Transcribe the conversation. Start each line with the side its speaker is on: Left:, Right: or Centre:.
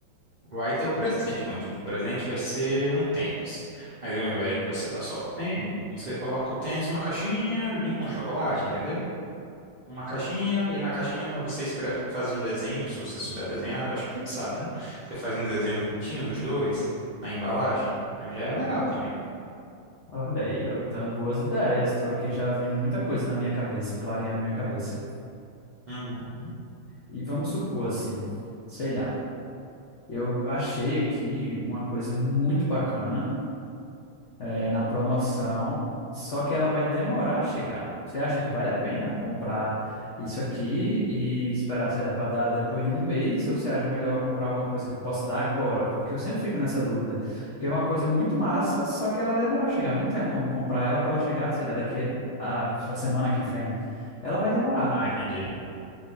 Right: Vai ter o presente, como tu o presente vai ser um tênis. Mas ao invés de você dar só o tênis, você coloca o tênis numa caixinha junto com o chocolate, entendeu? Uma caixinha, e na caixinha você escreve, faz um desenho, se você souber desenhar, eu acho que você sabe, né? Você faz um desenho bonitinho dos dois na embalagem, aí já é legal também.
Left: Olha aí, ó, dando boas ideias. Estou aqui já vindo muita coisa na minha cabeça, clareando minha cabeça.
Right: Uhum.
Left: E vamos supor assim, sei lá, eu achei aqui uma coisa muito bacana é, na promoção, só que ela vai demorar a chegar. Você acha que vale a pena comprar isso aqui e esperar, sei lá, para dar depois de um mês? Ou você acha melhor eu comprar alguma coisa que eu possa dar agora? Porque eu sempre fico nessa dúvida. Porque é uma coisa muito massa, só que ela vai demorar a chegar. Não tenho como comprar ela para ela chegar, sei lá, daqui a, a semana que vem. Ela vai demorar.
Right: Ah, entendi.